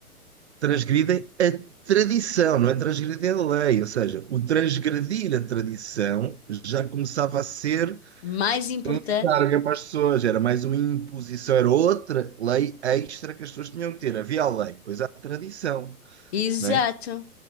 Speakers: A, on the right; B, on the left.
A: transgridem a tradição, não é transgredir a lei. Ou seja, o transgredir a tradição já começava a ser
B: Mais importante.
A: um encargo para as pessoas, era mais uma imposição, era outra lei extra que as pessoas tinham que ter. Havia a lei, pois há a tradição,
B: Exato.
A: não é?